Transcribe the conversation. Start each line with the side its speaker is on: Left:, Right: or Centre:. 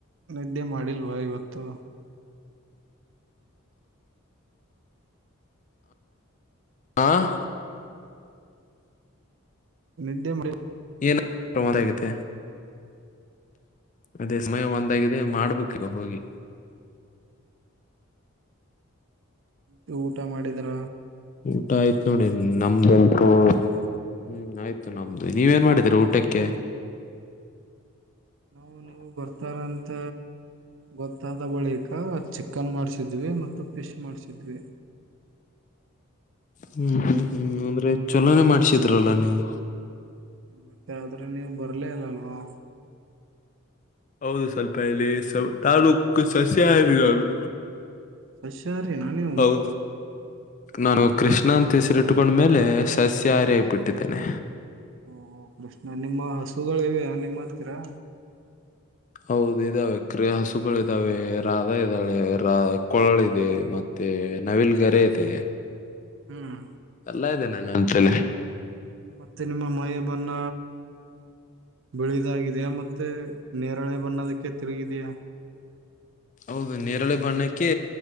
Right: ನಿದ್ದೆ ಮಾಡಿಲ್ವಾ ಇವತ್ತು
Left: ಆಂ
Right: ನಿದ್ದೆ ಮಾಡ
Left: ಏನ-ಮ ಆಗತೆ ಅದೇ ಸಮಯ ಒಂದಾಗಿದೆ ಮಾಡ್ಬೇಕು ಹೋಗಿ
Right: ಮ ಊಟ ಮಾಡಿದ್ರ
Left: ಊಟ ಆಯ್ತ್ ನೋಡಿ ನಮ್ದಲ್ಪು ಹ್ಮ್ ಆಯ್ತು ನಮ್ದು ನೀವೇನ ಮಾಡಿದೀರ ಊಟಕ್ಕೆ
Right: ನಾವು ನೀವು ಬರ್ತಾರಂತ ಗೊತ್ತಾದ ಬಳಿಕ ಚಿಕನ್ ಮಾಡಿಸಿದ್ವಿ ಮತ್ತು ಫಿಶ್ ಮಾಡ್ಸಿದ್ವಿ
Left: ಹ್ಮ್ ಹ್ಮ್ ಹ್ಮ್ ಅಂದ್ರೆ ಚೆನ್ನಾಗೆ ಮಾಡ್ಸಿದ್ರಲ್ಲ ನೀವು
Right: ಮತ್ತೆ ಆದ್ರೆ ನೀವು ಬರ್ಲೇ ಇಲ್ಲ ಅಲ್ವಾ
Left: ಹೌದು ಸ್ವಲ್ಪ ಇಲ್ಲಿ ಸ ತಾನು ಉಕ್ಕ ಸಸ್ಯ ಹಾರಿನಾನು
Right: ಸಸ್ಯಾಹಾರಿನಾ ನೀವು
Left: ಹೌದು ನಾನು ಕೃಷ್ಣ ಅಂತ ಹೆಸರಿಟ್ಕೊಂಡ್ಮೇಲೆ ಸಸ್ಯ ಆರಗ್ಬಿಟ್ಟಿದ್ದೇನೆ
Right: ಓ ಹ ಕೃಷ್ಣ ನಿಮ್ಮ ಹಸುಗಳಿವೆಯ ನಿಮ್ಮ ಹತ್ತಿರಾ
Left: ಹೌದು ಇದಾವೆ ಕ್ರಿಯ ಹಸುಗಳ ಇದ್ದಾವೆ ರಾಧಾ ಇದ್ದಾಳೆ ರಾ ಕೊಳಳದೆ ಮತ್ತೆ ತೇ ನವಿಲ್ ಗರೆೇತೆ
Right: ಹ್ಮ್
Left: ಎಲ್ಲ ಇದೇ ನ್ ಹಂತೆಲಿ
Right: ಮತ್ತೆ ನಿಮ್ಮ ಮೈ ಬಣ್ಣ ಬೆಳಿದಾಗಿದೆಯ ಮತ್ತೆ ನೇರಳೆ ಬನ್ನೋದಕ್ಕೆ ತಿರುಗಿದಯಾ
Left: ಹೌದು ನೇರಳೆ ಬಣ್ಣಕ್ಕೆ